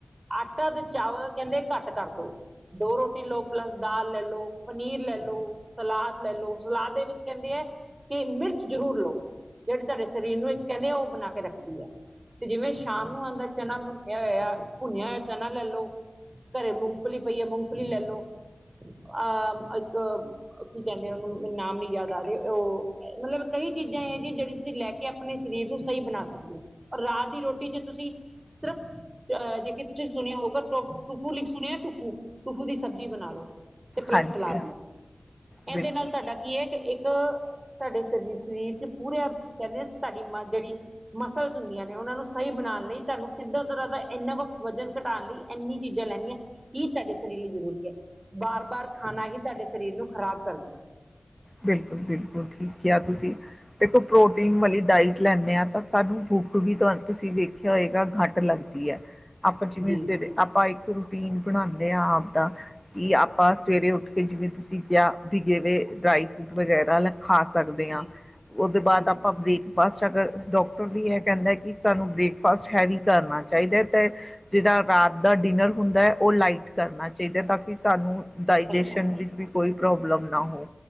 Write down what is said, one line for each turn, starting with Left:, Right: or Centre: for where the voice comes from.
Right: ਆਟਾ ਤੇ ਚਾਵਲ। ਕਹਿੰਦੇ ਘੱਟ ਕਰਦੋ ਦੋ ਰੋਟੀ ਲਓ, ਪਲੱਸ ਦਾਲ ਲੈ ਲਓ, ਪਨੀਰ ਲੈ ਲਓ ਸਲਾਦ। ਲੈ ਲਓ ਸਲਾਦ ਦੇ ਵਿੱਚ ਕਹਿੰਦੇ ਹੈ, ਕਿ ਮਿਰਚ ਜ਼ਰੂਰ ਲਓ। ਜਿਹੜੀ ਤੁਹਾਡੇ ਸਰੀਰ ਨੂੰ ਇੱਕ ਕਹਿੰਦੇ, ਆ ਉਹ ਬਣਾ ਕੇ ਰੱਖਦੀ ਹੈ। ਤੇ ਜਿਵੇਂ ਸ਼ਾਮ ਨੂੰ ਆਦਾ ਚਨਾ ਭੁੰਨਆ ਹੋਇਆ, ਭੁੰਨਿਆ ਹੋਇਆ ਚਨਾ ਲੈ ਲਓ। ਘਰੇ ਮੂੰਗਫਲੀ ਪਈ ਆ ਮੂੰਗਫਲੀ ਲੈਲੋ ਅਹ ਇੱਕ ਸੀ ਕਹਿੰਦੇ ਉਹਨੂੰ ਨਾਮ ਨੀ ਯਾਦ ਆ ਰਹੀ, ਉਹ ਮਤਲਬ ਕਈ ਚੀਜ਼ਾਂ ਇਹ ਜੀ ਜਿਹੜੀ ਲੈ ਕੇ ਆਪ ਆਪਣੇ ਸਰੀਰ ਨੂੰ ਸਹੀ ਬਣਾ ਸਕਦੇ ਹੋ, ਔਰ ਰਾਤ ਦੀ ਰੋਟੀ ਚ ਤੁਸੀਂ ਸਿਰਫ ਅ ਜੇ ਤੁਸੀਂ ਸੁਣਿਆ ਹੋਊਗਾ, ਟੂਫੂ ਲਿਖ ਸੁਣਿਆ ਟੂਫੂ ਟੂਫੂ ਦੀ ਸਬਜ਼ੀ ਬਣਾ ਲੋ। ਤੇ ਪਲੱਸ
Centre: ਹਾਂਜੀ
Right: ਸਲਾਦ ਲੇ ਲਓ
Centre: ਬਿਲਕੁਲ
Right: ਇਹਦੇ ਨਾਲ ਤੁਹਾਡਾ ਕੀ ਹੈ, ਕਿ ਇੱਕ ਤੁਹਾਡੇ ਸਰੀਰ ਸਰੀਰ ਚ ਪੂਰੀ, ਕਹਿੰਦੇ ਸਾਡੀ ਮਸਲ ਜਿਹੜੀ, ਮਸਲਸ ਹੁੰਦੀਆਂ ਨੇ ਉਹਨਾਂ ਨੂੰ ਸਹੀ ਬਣਾਣ ਲਈ ਤੁਹਾਨੂੰ ਸਿੱਧਾ ਤਰ੍ਹਾਂ ਦਾ ਇੰਨਾ ਕੁ ਵਜ਼ਨ ਘਟਾਣ ਲਈ ਇੰਨੀ ਚੀਜ਼ਾਂ ਲੈਣੀਆਂ, ਕੀ ਸਾਡੇ ਸਰੀਰ ਲਈ ਜ਼ਰੂਰੀ ਹੈ। ਬਾਰ, ਬਾਰ ਖਾਣਾ ਹੀ ਤੁਹਾਡੇ ਸਰੀਰ ਨੂੰ ਖਰਾਬ-
Centre: ਬਿਲਕੁਲ-ਬਿਲਕੁਲ ਠੀਕ ਕਿਹਾ ਤੁਸੀਂ। ਦੇਖੋ ਪ੍ਰੋਟੀਨ ਵਾਲੀ ਡਾਇਟ ਲੈਂਦੇ, ਹਾਂ ਤਾਂ ਸਾਨੂੰ ਭੁੱਖ ਵੀ ਤੁਸੀਂ ਵੇਖ ਹੋਏਗਾ ਘਟ ਲੱਗਦੀ ਏ। ਆਪਾਂ ਜਿਵੇਂ
Right: ਜੀ
Centre: ਸਵੇਰੇ ਆਪਾਂ ਇੱਕ ਰੂਟੀਨ ਬਣਾਂਦੇ ਆਂ ਆਪ ਦਾ ਕਿ ਆ ਆਪਾਂ ਸਵੇਰੇ ਉੱਠ ਕੇ ਜਿਵੇਂ ਤੁਸੀਂ ਚਾਅ, ਪੀ ਗੇਵੇ ਡਰਾਈ ਫਰੂਟ ਵਗੈਰਾ ਲੇਣ ਖਾ ਸਕਦੇ
Right: ਜੀ
Centre: ਆਂ, ਉਹਦੇ ਬਾਅਦ
Right: ਜੀ ਜੀ
Centre: ਆਪਾਂ ਬਰੇਕ ਫਾਸਟ ਅਗਰ ਡਾਕਟਰ ਵੀ ਇਹ ਕਹਿੰਦਾ ਕਿ ਸਾਨੂੰ ਬ੍ਰੇਕਫਾਸਟ ਹੈਵੀ ਕਰਨਾ ਚਾਹੀਦਾ ਤੇ ਜਿਹੜਾ ਰਾਤ ਦਾ ਡਿਨਰ ਹੁੰਦਾ, ਉਹ ਲਾਈਟ ਕਰਨਾ ਚਾਹੀਦਾ ਤਾਂ ਕਿ ਸਾਨੂੰ ਡਾਇਜੇਸ਼ਨ
Right: ਸਹੀ ਗੱਲ
Centre: ਵਿੱਚ ਵੀ ਕੋਈ ਪ੍ਰੋਬਲਮ ਨਾਂ ਹੋ,